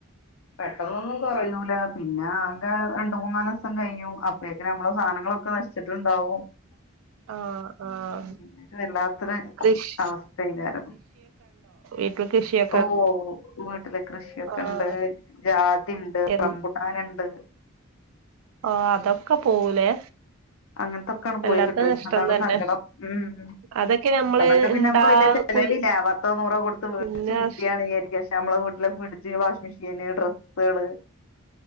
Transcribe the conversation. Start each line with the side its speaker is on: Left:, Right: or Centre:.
Left: പെട്ടെന്നൊന്നും കൊറയൂല. പിന്നെ ആകെ രണ്ട് മൂന്നാലോസം കഴിയും അപ് പ്പേക്കെന്നെ നമ്മളെ സാനങ്ങളൊക്കെ നശിച്ചിട്ടുണ്ടാവും.
Right: ആഹ് ആഹ്
Left: പിന്നൊരു വല്ലാത്തരു
Right: കൃഷി
Left: അവസ്ഥേക്കാ രം.
Right: ഈപ്പം കൃഷിയൊ
Left: ഓഹ് വീട്ടില് കൃഷിയൊക്കെണ്ട്
Right: ആഹ്
Left: ജാതി ണ്ട്
Right: എൻ
Left: റമ്പു ട്ടാനിണ്ട്
Right: ഓ അതൊക്കെ പോവൂലേ
Left: <inaudible> അങ്ങത്തൊക്കങ്ങട്
Right: വല്ലാത്ത
Left: പോയി കിട്ടും
Right: നഷ്ടം
Left: അതാണ്
Right: തന്നെ
Left: സങ്കടം ഉം
Right: അതൊക്കെ നമ്മള്
Left: അതൊക്കെ പിന്നെ
Right: ഇണ്ടാ
Left: നമുക്ക് വല്യ ചെ ചെലവില്ല
Right: കുയി
Left: പത്തോ നൂറോ കൊടുത്ത് മേടിച്ച്
Right: പിന്നെ
Left: കുട്ടിയാണ്
Right: ആഹ്
Left: വിചാരിക്ക നമ്മളെ വീട്ടില് ഫ്രിഡ്ജ് വാഷിഗ് മെഷീന് ഡ്രെസ്സുകള്